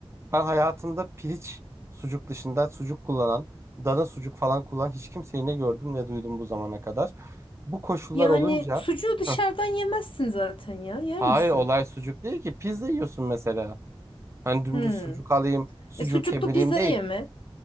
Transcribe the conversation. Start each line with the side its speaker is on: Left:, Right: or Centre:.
Right: ben hayatımda piliç sucuk dışında sucuk kullanan dana sucuk falan kullanan hiç kimseyi ne gördüm ne duydum bu zamana kadar. Bu koşullar
Left: Yani
Right: olunca
Left: sucuğu dışarıdan
Right: <laughs>
Left: yemezsin zaten ya. Yer
Right: Hayır
Left: misin?
Right: olay sucuk değil ki. Pizza yiyorsun mesela. Hani dümdüz
Left: Hmm.
Right: sucuk alayım, sucuğu
Left: E sucuklu
Right: kemireyim
Left: pizza
Right: değil.
Left: yeme.